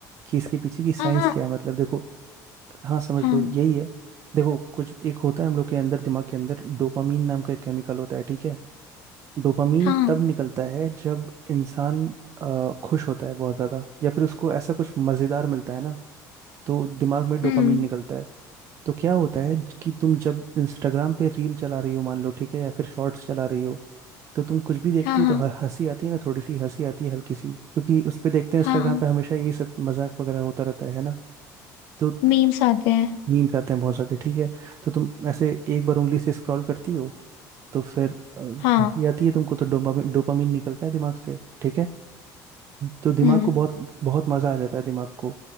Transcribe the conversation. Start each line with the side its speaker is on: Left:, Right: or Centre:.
Right: कि इसके पीछे की साइंस
Left: हाँ हाँ
Right: क्या है मतलब देखो हाँ समझ
Left: हाँ
Right: लो यही है देखो कुछ एक होता है हम लोग के अंदर दिमाग के अंदर डोपामीन नाम का एक केमिकल होता है ठीक है डोपामीन
Left: हाँ
Right: तब निकलता है जब इंसान अ, खुश होता है बहुत ज़्यादा या फिर उसको ऐसा कुछ मज़ेदार मिलता है ना तो दिमाग में डोपामीन
Left: हम्म
Right: निकलता है तो क्या होता है कि तुम जब इंस्टाग्राम पे रील चला रही हो मान लो ठीक है या फिर शॉर्ट्स चला रही हो तो तुम कुछ भी देखती
Left: हाँ
Right: हो
Left: हाँ
Right: तो ह- हंसी आती है ना थोड़ी सी हंसी आती है हल्की सी क्योंकि उस पे देखते हैं इंस्टाग्राम
Left: हाँ हाँ,
Right: पे हमेशा यही सब मजाक वगैरह होता रहता है है ना तो
Left: मीम्स आते हैं
Right: मीम्स आते हैं बहुत सारे ठीक है तो तुम ऐसे एक बार उंगली से स्क्रॉल करती हो तो फिर अ, हंसी
Left: हाँ
Right: आती है तुमको तो डोपामीन डोपामीन निकलता है दिमाग से ठीक है तो दिमाग
Left: हम्म
Right: को बहुत बहुत मजा आ जाता है दिमाग को